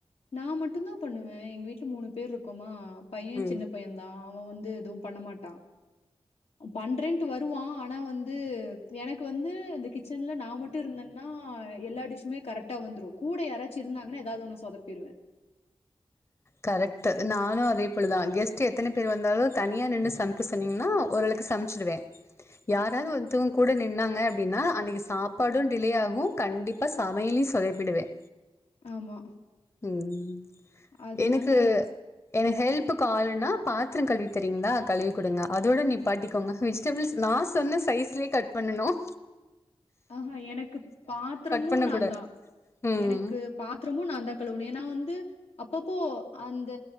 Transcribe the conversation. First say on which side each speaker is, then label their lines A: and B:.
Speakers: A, on the left; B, on the left.
A: நான் மட்டும்தான் பண்ணுவேன் எங்க வீட்டுல மூணு பேர் இருக்கோமா பைய
B: ம்.
A: சின்ன பையன் தா அவ வந்து ம் பண்ண மாட்ட பண்றேன்ட்டு வரு வாஆனா வந்து எனக்கு வந்து இந்த கிச்சன்ல நான் மட்டும் இருந்தேன்னா எல்லா டிஷ்மே கரெக்ட்டாவந்துாரும் கூட யர்ச்சும் இருந்தாங்கனா எதச்சும் ஒன்னு சோதப்பி அப்பிருவேன்
B: கரெக்ட் நானும் அதேப்பேலதான் கெஸ்ட்டுஎத்தனை பேர் வந்தாலும் தனியா நின்று சமைக்க சொன்னீங்கன்னா ஓளுக்கு சமைச்சிடுவேன் யாராவது ஒருத்தவங்க கூட நின்னாங்க அப்படின்னா அன்னைக்கு சாப்பாடும் டிலே ஆகும் கண்டிப்பா சமையலையும் சொதைப்பிடுவேன்
A: ஆமா
B: ம் ம்
A: அதனால
B: எனக்கு எனக் ஹெல்ப்க்கு அளுன்னா பாத்திரோ கழுவிதரிங்களா கழுவி குடுங்க அதோட நீ பாட்டிக்கோங்கவெஜ்டபிள்ஸ் நான் சொன்ன சைஸ்லே கட் பண்ணனும்
A: ஆஹஹா எனக்கு பாத்திரமும்
B: பண்ண
A: நான்தா
B: கூடாது ம்
A: எனக்கு பாத்ரமும் நான்தா கழுவணும் ஏன்னா வந்து அப்பப்போ அந்த